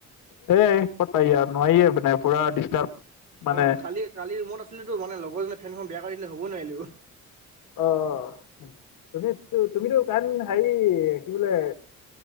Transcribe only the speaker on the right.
অ' কালি কালি ৰুমত আছিলো টো মানে লগৰজনে ফেনখন বেয়া কৰিদিলে হুবই নোৱাৰিলোঁ।